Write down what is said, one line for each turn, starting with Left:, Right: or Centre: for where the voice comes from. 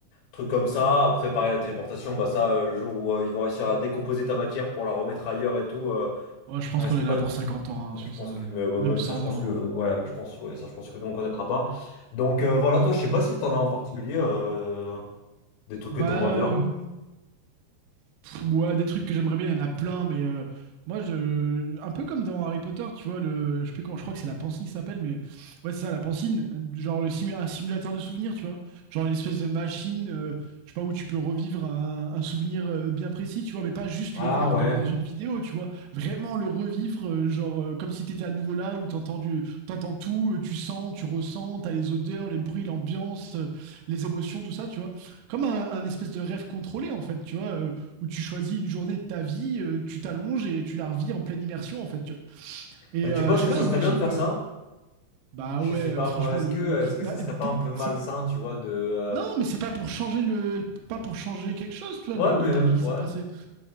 Left: Truc comme ça, après, pareil, la téléportation, bah ça, euh, le jour où euh, ils vont réussir à décomposer ta matière pour la remettre ailleurs et tout, euh,
Right: Ouais, je pense
Left: ça risque
Right: qu'on est
Left: pas
Right: là pour
Left: de.
Right: 50 ans hein,
Left: Ouais,
Right: sur
Left: je pense
Right: ça, euh,
Left: que. mais bon,
Right: même
Left: même
Right: 100
Left: ça, je pense
Right: ans.
Left: que. Ouais,
Right: hein.
Left: je pense, ouais, ça, je pense que nous, on connaîtra pas. Donc euh, voilà, toi, je sais pas si t'en as en particulier euh, des trucs
Right: Bah,
Left: que t'aimerais
Right: euh,
Left: bien.
Right: Ouais, des trucs que j'aimerais bien, il y en a plein, mais euh, moi, je, un peu comme dans Harry Potter, tu vois, le, je sais plus comment, je crois que c'est la pensine qui s'appelle, mais ouais, c'est ça, la pensine, genre le sim- un simulateur de souvenirs, tu vois, genre une espèce de machine, euh, je sais pas, où tu peux revivre un, un souvenir euh, bien précis, tu vois, mais pas juste
Left: Ah
Right: le voir
Left: ouais.
Right: comme dans une vidéo, tu vois, vraiment le revivre, euh, genre euh, comme si t'étais à nouveau là, où t'entends du, t'entends tout, euh, tu sens, tu ressens, t'as les odeurs, les bruits, l'ambiance, euh, les émotions, tout ça, tu vois, comme un, un espèce de rêve contrôlé, en fait, tu vois euh, où tu choisis une journée de ta vie, euh, tu t'allonges et tu la revis en pleine immersion, en fait. tu vois. Et
Left: Bah, tu
Right: euh,
Left: penses
Right: je sais
Left: que
Right: pas,
Left: ça
Right: imagine,
Left: serait bien de faire
Right: euh,
Left: ça?
Right: bah
Left: Je
Right: ouais,
Left: sais
Right: euh,
Left: pas
Right: franchement,
Left: moi, est-ce
Right: le,
Left: que
Right: le kiff.
Left: est-ce que
Right: bah,
Left: ça serait pas
Right: t'es-
Left: un peu malsain,
Right: c'est-
Left: tu vois, de euh,
Right: non, mais c'est pas pour changer le, pas pour changer quelque chose, tu vois,
Left: ouais,
Right: de, de
Left: mais
Right: ta
Left: même
Right: vie
Left: pour
Right: qui s'est
Left: ouais,
Right: passée.